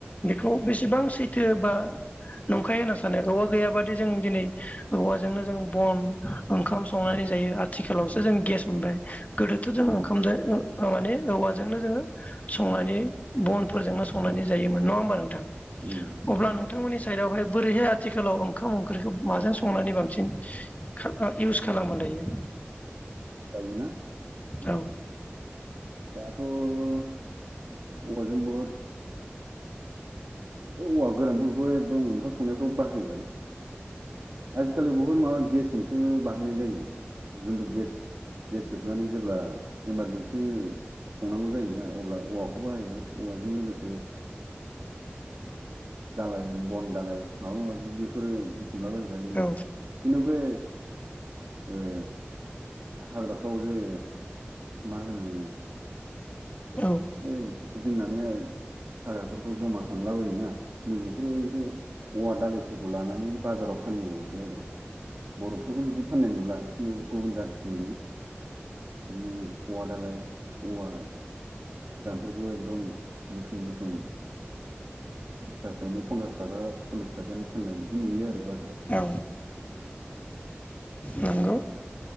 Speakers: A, on the left; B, on the right.
A: बेखौ बेसेबां सैथो बा नंखाय होनना सानो औवा गैयाबादि जों दिनै औवाजोंनो जों बन ओंखाम संनानै जायो आथिखालावसो जों गेस मोनबाय। गोदोथ' जों
B: उम
A: ओंखामदो
B: उम
A: ओ माने औवा जोंनो जोङो संनानै बनफोरजोंनो संनानै जायोमोन नङा होनबा नोंथां?
B: ओमफ्राय
A: अब्ला नोंथांमोननि सायेदावहाय बोरैहाय आथिखालाव ओंखाम ओंख्रिखौ माजों संनानै बांसिन खा- ओ इउस खालामो दायो?
B: दायो ना?
A: औ
B: दाथ' <inaudible> औवाजों बहुद औवा गोरानफोरखौ एकदम ओंखाम संनायफ्राव बाहायबाय। आजिखालि बहुद माबा गेसजोंसो बाहायनाय जायो। जुनथु गेस गेस जोबनानै जेब्ला इमारजेन्सि संनांगौ जायोना अब्ला औवाखौ बाहायबाय औवाजों लोगोसे दालाय बन दालाय माबा माबि बेफोरो बुथुमलाबाय जायो जोंनिथिं
A: औ
B: खिन्थु बे ओ हाग्राफ्रावजे मा होनो?
A: औ
B: बे गिदिंनानै हाग्राफोरखौ ज'मा <unintelligible> लाबायोना नै बेफोरो एसे औवा दालाइफोरखौ लानानै बाजाराव फानहैबावोसो आरो। बर'फोरखौ बिदि फाननाय नुला नु- गुबुन जाथिखौ नुयो, बिदिनो औवा दालाय औवा खौबो एकदम बुथुम बुथुम <unintelligible> पनसास थाखा सल्लिस थाखानि फाननाय बिदि नुयो आरो बा
A: औ <inaudible> नंगौ।